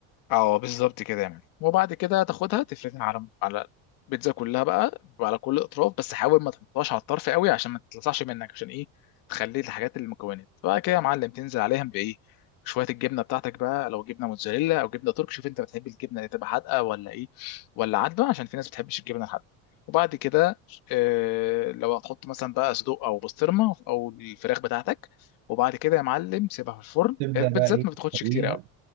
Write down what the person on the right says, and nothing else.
تبدا
بقى ايه
تسويها